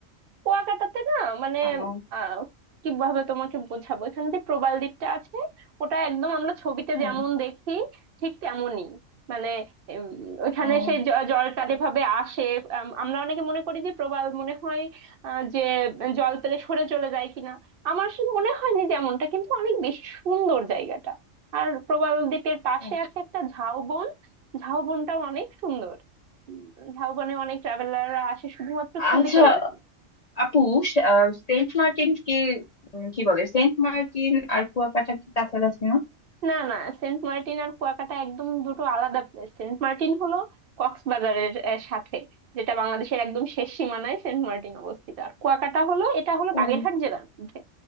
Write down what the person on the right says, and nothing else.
কুয়াকাটাতে না মানে
আহ কিভাবে তোমাকে বোঝাবো এখানে যে প্রবাল দ্বীপটা আছে ওটা একদম আমরা ছবিতে
যেমন দেখি ঠিক তেমনই মানে উম, ওখানে
সেই জ- জলটা যেভাবে আসে আম, আমরা অনেকে মনে করি যে প্রবাল মনে হয় আহ, যে জল পেলে সরে চলে যায় কিনা আমার আসলে মনে হয়নি যেমনটা কিন্তু অনেক বেশি সুন্দর জায়গাটা আর প্রবাল দ্বীপের পাশে
আছে একটা ঝাউবন ঝাউবনটাও অনেক সুন্দর উম, ঝাউবনে অনেক ট্রাভেলাররা আসে শুধুমাত্র ছবি
তোলার
না না সেন্ট মার্টিন আর কুয়াকাটা একদম দুটো আলাদা প্লেস সেন্ট মার্টিন হলো কক্সবাজারের আহ, সাথে যেটা বাংলাদেশের একদম শেষ সীমানায় সেন্ট মার্টিন অবস্থিত আর কুয়াকাটা হলো এটা হলো
বাগেরহাট জেলার মধ্যে